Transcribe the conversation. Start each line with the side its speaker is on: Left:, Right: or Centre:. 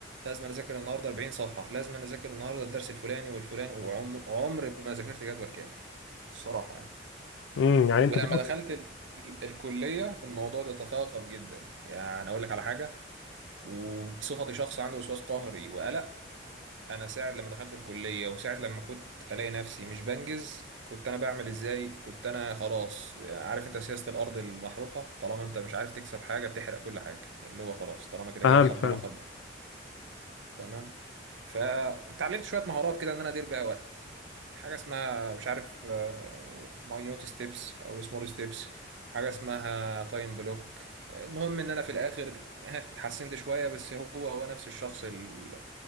Right: لازم أنا اذاكر النهارده 40 صفحة لازم أنا اذاكر النهارده الدرس الفلاني والفلاني وعمر ما ذاكرت جدول كامل الصراحة يعني
Left: امم يعني انت
Right: ولما
Left: في الأول-
Right: دخلت ال- ال- الكلية الموضوع ده تفاقم جدا يعني أقول لك على حاجة وبصفتي شخص عنده وسواس قهري وقلق أنا ساعة لما دخلت الكلية وساعة لما كنت ألاقي نفسي مش بنجز كنت أنا بعمل إزاي كنت أنا خلاص عارف أنت سياسة الأرض المحروقة طالما أنت مش عارف تكسب حاجة بتحرق كل حاجة اللي هو خلاص طالما كده
Left: فهمت
Right: كده خربانة
Left: فهمت
Right: خربانة تمام فتعلمت شويه مهارات كده ان انا ادير بيها وقتي حاجه اسمها مش عارف ماينوت ستيبس او سمول ستيبس حاجه اسمها تايم بلوك المهم ان انا في الاخر <laughs> ها، اتحسنت شويه بس هو هو نفس الشخص ال...